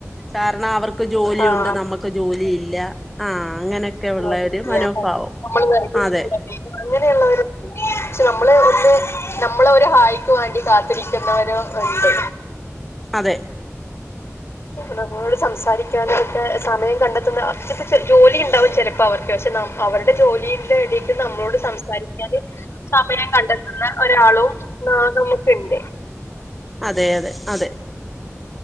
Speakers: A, in the centre; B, on the left.
A: കാരണം അവർക്ക് ജോലിയുണ്ട്
B: ആഹ്
A: നമ്മുക്ക് ജോലിയില്ല ആ അങ്ങനെ ഒക്കെ
B: അതെ
A: ഉള്ള ഒരു മനോഭാവം
B: നമ്മള് വെറുതെ
A: അതെ
B: ഇരിക്കല്ലേ അങ്ങനെയുള്ളവര് പക്ഷെ നമ്മള് ഒന്ന് നമ്മളെ ഒരു ഹായിക്ക് വേണ്ടി കാത്തിരിക്കുന്നവര് ഉണ്ട്
A: അതെ
B: നമ്മളോട് സംസാരിക്കാനായിട്ട് സമയം കണ്ടെത്തുന്ന അതു പക്ഷെ ജോലിയാണ് ണ്ടാവും ചിലപ്പോ അവർക്ക് പക്ഷെ അവരുടെ ജോലിന്റെ ഇടക്ക് നമ്മളോട് സംസാരിക്കാതെ സമയം കണ്ടെത്തുന്ന ഒരാളും നമുക്കുണ്ട്
A: അതെ അതെ അതെ